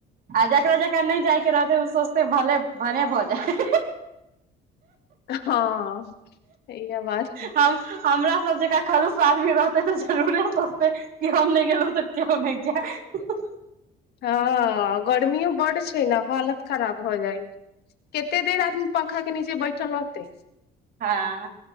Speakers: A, on the right; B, on the left.
A: आ जकरा जकरा नहि जायके रहतै ओ स भने भने भऽ जाय
B: हाँ सहिए बात छै।
A: हम <unintelligible> हमरा सब जेका खरुश आदमी रहतै तऽ जरूरे सोचते कि हम नहि गेलहुं तऽ केओ नहि जाय <unintelligible>
B: हँ गर्मियो बड छै ने हालत खराब भ जाइ केते देर आदमी पंखा के निचे बैठल रहतै
A: हाँ